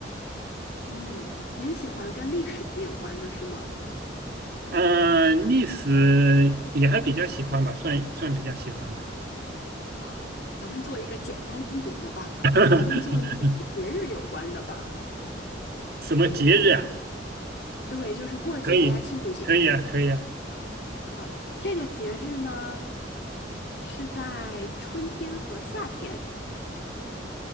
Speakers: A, on the left (about 60°); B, on the right (about 55°).
A: 嗯，您喜欢跟历史有关的是吗？
B: 嗯，历史也还比较喜欢吧，算算比较喜欢吧。
A: 哇，咱们做一个简单一点的吧，
B: <laughs>
A: 咱们做一个跟节日有关的吧。
B: 什么节日啊？
A: 对，就是过节呀、
B: 可以，
A: 庆祝节
B: 可以啊，可以啊。
A: 啊，这个节日呢是在春天和夏天，